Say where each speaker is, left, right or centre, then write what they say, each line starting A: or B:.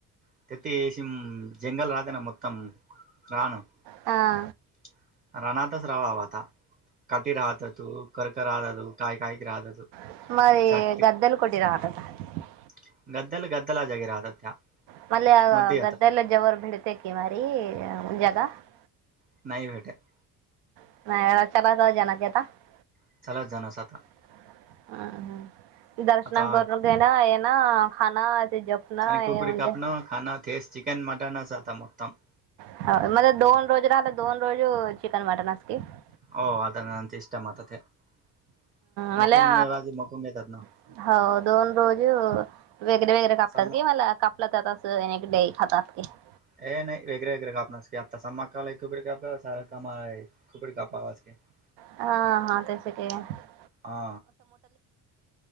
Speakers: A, on the right; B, on the right.
A: <unintelligible>
B: हा.
A: <unintelligible> <unintelligible>
B: <unintelligible>
A: चाके <unintelligible>
B: <unintelligible>
A: मध्ये येतात <unintelligible>
B: <unintelligible>
A: <unintelligible>
B: <unintelligible>
A: आता
B: <unintelligible>
A: आणि कुकडी <unintelligible>
B: <unintelligible>
A: <unintelligible>
B: मला <unintelligible> <unintelligible>
A: सम <unintelligible> <unintelligible>
B: हा हा त्यास आहे.
A: हा